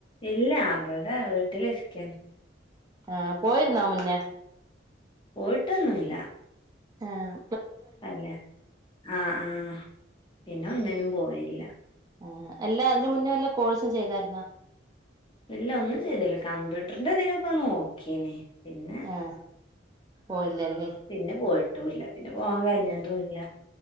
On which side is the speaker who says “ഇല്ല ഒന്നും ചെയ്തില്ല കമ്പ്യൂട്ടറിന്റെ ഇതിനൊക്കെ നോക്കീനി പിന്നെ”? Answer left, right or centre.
Left